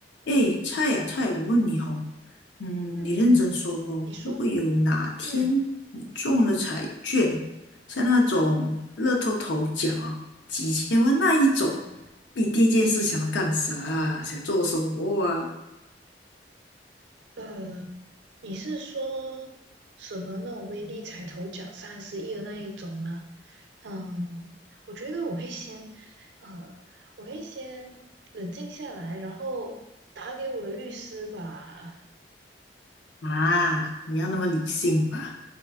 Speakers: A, on the left; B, on the right.
A: 哎，菜呀、菜，我问你哦，嗯，
B: 嗯嗯，
A: 你认真说哦，
B: 你说，
A: 如果有哪天你中了彩券，
B: 嗯
A: 像那种乐透头奖啊，几千万那一种，
B: 嗯，
A: 你第一件事想要干啥啊想做什么啊？
B: 呃，你是说什么那种威力彩头奖三十亿的那一种吗？嗯，我觉得我会先，呃，我会先冷静下来，然后打给我的律师吧。
A: 啊，你要那么理性嘛？